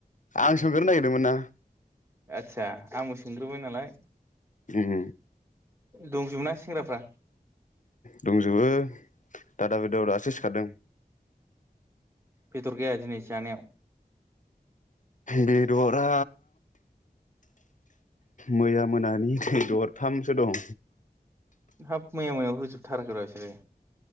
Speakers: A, on the left; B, on the right.
A: आं सोंग्रोनो नागिरदोंमोन ना
B: आस्सा आबो सोंग्रोबाय नालाय
A: उम
B: दंजोबो ना सेंग्राफ्रा?
A: दंजोबो दादा बिदा <unintelligible> सो सिखारदो
B: बेदर गैया दिनि जानायाव
A: बेदरा मैया मोनानि नै दरथामसो दं
B: हाफ मैया मोनायाव हुजोबथाराखै रा बिसोरो